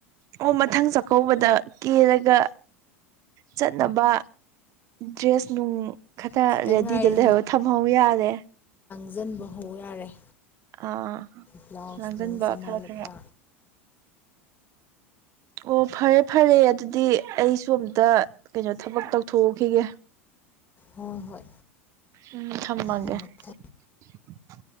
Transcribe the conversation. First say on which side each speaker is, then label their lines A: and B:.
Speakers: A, on the right; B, on the left.
A: ꯑꯣ ꯃꯊꯪ ꯆꯥꯛꯀꯧꯕꯗ ꯀꯦꯜꯂꯒ ꯆꯠꯅꯕ ꯗ꯭ꯔꯦꯁ ꯅꯨꯡ ꯈꯇ
B: ꯈꯤꯇꯪ
A: ꯔꯦꯗꯤꯗ
B: ꯉꯥꯏꯔꯦ
A: ꯂꯩꯔꯣ ꯊꯝꯍꯧ ꯌꯥꯔꯦ
B: ꯐꯥꯖꯤꯟꯕ ꯍꯧ ꯌꯥꯔꯦ
A: ꯑꯥ
B: ꯕ꯭ꯂꯥꯎꯁ
A: ꯂꯥꯡꯁꯤꯟꯕ
B: ꯅꯨꯡ ꯁꯅꯥ
A: ꯈꯔ
B: ꯂꯨꯄꯥ
A: ꯈꯔ <inaudible> ꯑꯣ ꯐꯔꯦ ꯐꯔꯦ ꯑꯗꯨꯗꯤ ꯑꯩꯁꯨ ꯑꯝꯇ ꯀꯩꯅꯣ ꯊꯕꯛ ꯇꯧꯊꯣꯛꯎꯈꯤꯒꯦ
B: ꯍꯣꯏ ꯍꯣꯏ
A: ꯎꯝ ꯊꯝꯃꯒꯦ
B: ꯊꯝꯃꯣ
A: <inaudible>
B: ꯊꯝꯃꯣ